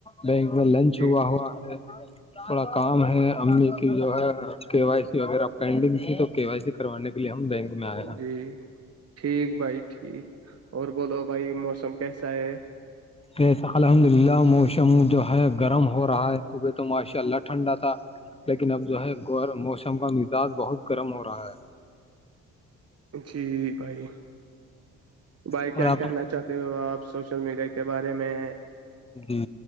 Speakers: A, on the left (about 15°); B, on the right (about 40°).
A: بینک میں لنچ
B: جی
A: ہوا ہوا ہے <inaudible> تھوڑا کام ہے امی کی جو ہے کے وائی سی وغیرہ پینڈنگ تھی تو کے وائی سی کروانے کے لیے ہم بینک میں آئے ہیں
B: جی ٹھیک بھائی ٹھیک اور بولو بھائی موسم کیسا ہے
A: جیس الحمد للہ موسم جو ہے گرم ہو رہا ہے توبے تو ماشاء اللہ ٹھنڈا تھا لیکن اب جو ہے گور موسم کا مزاج بہت گرم ہو رہا ہے
B: جی بھائی بھائی
A: اور
B: کیا
A: آپ
B: کہنا چاہتے ہو آپ سوشل میڈیا کے بارے میں
A: جی